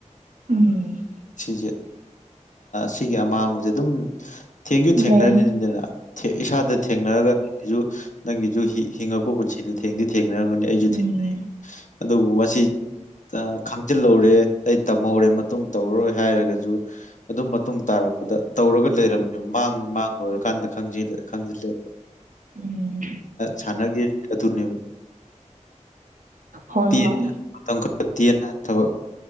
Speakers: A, on the right (about 85°); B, on the left (about 75°).
A: ꯎꯝ
B: ꯁꯤꯁꯦ ꯁꯤꯒꯤ ꯑꯃꯥꯡꯕꯁꯦ ꯑꯗꯨꯝ ꯊꯦꯡꯁꯨ ꯊꯦꯡꯅꯔꯤꯅꯤꯗꯅ
A: ꯂꯩ
B: ꯏꯁꯥꯗ ꯊꯦꯡꯅꯔꯒ ꯅꯪꯒꯤꯁꯨ ꯅꯪꯒꯤꯁꯨ ꯍꯤꯡꯉꯛꯄ ꯄꯨꯟꯁꯤꯗ ꯊꯦꯡꯗꯤ ꯊꯦꯡꯅꯔꯝꯒꯅꯤ ꯑꯩꯁꯨ
A: ꯎꯝ
B: ꯊꯦꯡꯅꯩ ꯑꯗꯨꯕꯨ ꯃꯁꯤ ꯈꯪꯖꯤꯜꯍꯧꯔꯦ ꯑꯩ ꯇꯝꯍꯧꯔꯦ ꯃꯇꯨꯡ ꯇꯧꯔꯔꯣꯏ ꯍꯥꯏꯔꯒꯁꯨ ꯑꯗꯨꯝ ꯃꯇꯨꯡ ꯇꯥꯔꯛꯄꯗ ꯇꯧꯔꯒ ꯂꯩꯔꯝꯃꯦꯕ ꯃꯥꯡ ꯃꯥꯡ ꯂꯣꯏꯔꯀꯥꯟꯗ ꯈꯪꯖꯤꯜꯂꯛꯑꯦ
A: ꯎꯝ
B: ꯁꯟꯅꯒꯤꯕꯥ ꯑꯗꯨꯅꯦꯕꯥ
A: ꯍꯣꯏ
B: ꯇꯦꯟ
A: ꯍꯣꯏ
B: ꯃꯇꯝ ꯇꯦꯟꯅ ꯊꯕꯛ